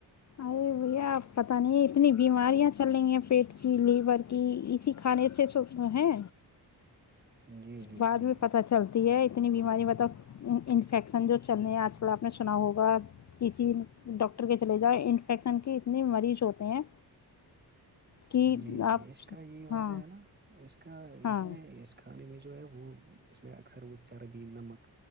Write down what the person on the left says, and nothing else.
ارے بھیا آپ پت نہیں ہے اتنی بیماریاں چل رہی ہیں پیٹ کی لیور کی اسی کھانے سے س ہے
بعد
میں
پت چلتی ہے اتنی بیماری ب تک انفیکشن جو چلنے ہیں آج کل آپ نے سنا ہوگا کسی ڈاکٹر کے چلے ج انفیکشن کی اتنے مریض ہوتے ہیں کہ
آپ
ہاں
ہاں